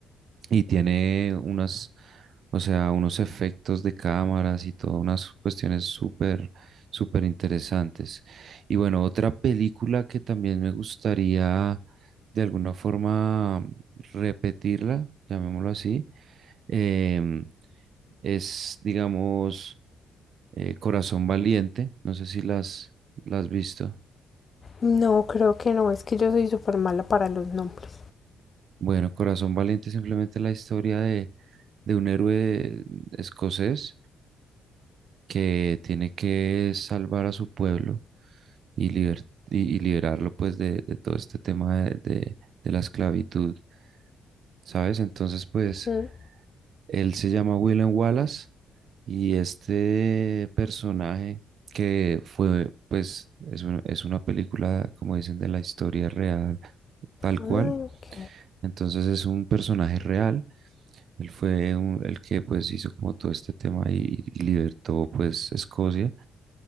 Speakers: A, on the right; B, on the left.
A: y tiene unas, o sea, unos efectos de cámaras y todas unas cuestiones súper, súper interesantes. Y bueno, otra película que también me gustaría de alguna forma repetirla, llamémoslo así, em, es, digamos, eh, Corazón Valiente. No sé si las, las has visto.
B: No, creo que no, es que yo soy súper mala para los nombres.
A: Bueno, Corazón Valiente es simplemente la historia de, de un héroe escocés que tiene que salvar a su pueblo y, liber- y, y liberarlo pues de, de todo este tema de, de- de la esclavitud, ¿sabes? Entonces pues
B: Mm,
A: él se llama William Wallace y este personaje que fue pues es una, es una película como dicen de la historia real tal
B: Ay,
A: cual,
B: ok.
A: entonces es un personaje real. Él fue un- el que pues hizo como todo este tema y, y libertó pues Escocia